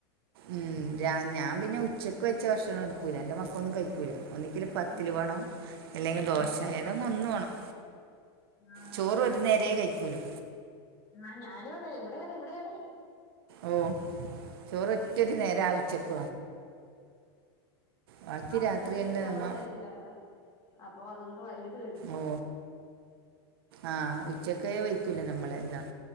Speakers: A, on the right; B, on the left.
A: ഉം രാ ഞാൻ പിന്നെ ഉച്ചക്ക് വെച്ച ഭക്ഷണ ക്കൂല്ല ഇൻ്റെ മക്കളൊന്നും കഴ്കുല.
B: ആഹ്
A: ഒന്ന്ങ്കില് പത്തില്
B: ആഹ്
A: വേണം അല്ലെങ്കി ദോശ
B: ആഹ് ആഹ്
A: ഏതാ ഒന്ന് വാണം.
B: ആഹ്
A: ചോറ്
B: ഉവ്വ
A: ഒരു നേരേ കഴിക്കൂലോ
B: ആഹ് ഞാനും അതെ ഇവിടെയതെ ഇവിടെയതെ
A: ഓഹ് ചോറ് ഒറ്റൊരു നേര ആഉച്ചക് ബാക്കി
B: ആഹ് ഉച്ചക്ക്
A: രാത്രിയെല്ലാം
B: ചോറ്
A: നമ്മ
B: കഴ്ച്ചില്ലട്ടോ അപ്പൊ അത്കൊണ്ട് വൈകിട്ട് കഴ്ച്ചു
A: ഓ ആഹ് ഉച്ചയ്ക്കെ വയ്ക്കൂല നമ്മളല്ലാം